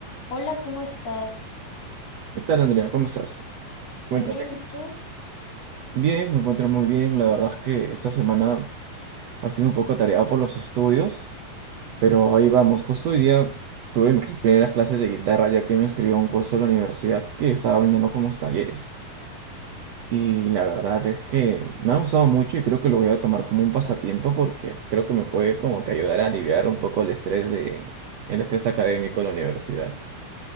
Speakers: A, on the left; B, on the right.
A: Hola, ¿cómo estás?
B: ¿Qué tal, Andrea? ¿Cómo estás? Cuéntame.
A: Muy bien, ¿y tú?
B: Bien, me encuentro muy bien. La verdad es que esta semana ha sido un poco atareada por los estudios, pero ahí vamos. Justo hoy día tuve mis primeras clases de guitarra, ya que me inscribí a un curso de la universidad que estaba brindando como talleres. Y la verdad es que me ha gustado mucho y creo que lo voy a tomar como un pasatiempo porque creo que me puede como que ayudar a aliviar un poco el estrés de, el estrés académico de la universidad.